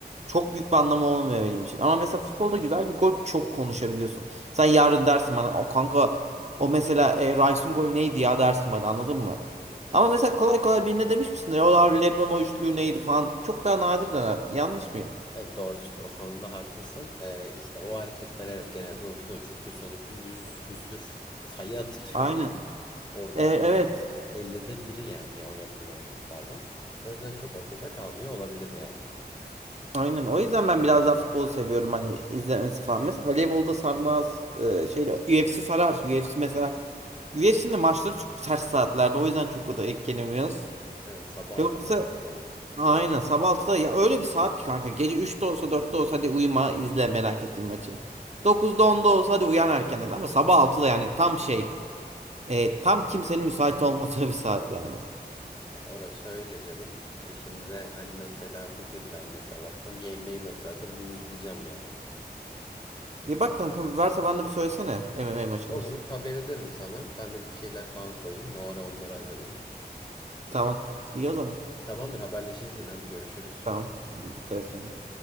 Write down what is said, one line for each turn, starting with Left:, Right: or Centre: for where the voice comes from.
Right: çok büyük bir anlamı olmuyor benim için. Ama mesela futbolda güzel bir gol çok konuşabiliyorsun. Sen yarın dersin bana o kanka o mesela e, Rice'ın golü neydi ya dersin bana anladın mı?
Left: Evet.
Right: Ama mesela kolay kolay birine demiş misindir? O LeBron o üçlüğü neydi falan. Çok daha nadir döner. Yanlış mıyım?
Left: Evet, doğrusun o konuda haklısın. Ee, işte o hareketler evet genelde unutuluyor. Çünkü sonuçta yüz küsür sayı atılıyor
Right: Aynen.
Left: <laughs> yani. Oradan
Right: E, evet.
Left: 50'de biri yani o yapılan hareketlerden. O yüzden çok akılda kalmıyor olabilir yani.
Right: Aynen. O yüzden ben biraz daha futbolu seviyorum hani izlemesi falan. Mesela voleybolda sarmaz. Ee, şeyle UFC sarar. UFC mesela UFC'nin de maçları çok ters saatlerde. O yüzden çok da etkilenemiyoruz.
Left: Evet sabah
Right: Yoksa
Left: altıda falan oluyordu.
Right: aynen sabah altıda ya öyle bir saat ki kanka. Gece 3'te olsa 4'te olsa hadi uyuma izle merak ettiğin maçı.
Left: Hı hı.
Right: 9'da 10'da olsa hadi uyan erkenden ama sabah altıda yani tam şey e, tam kimsenin müsait olmadığı bir saat yani.
Left: E, orası öyle canım. E şimdi de hani mesela bugünden mesela bakıyorum bir NBA maçı varsa bugün izleyeceğim ya.
Right: E bak kanka varsa bana da bir söylesene MMA maçı
Left: Olur
Right: varsa.
Left: haber ederim sana. Ben de bir şeyler falan koyayım. O ara onları hazırlayayım.
Right: Tamam. İyi o zaman.
Left: Tamamdır haberleşiriz yine hadi görüşürüz.
Right: Tamam. Dikkat et kendine.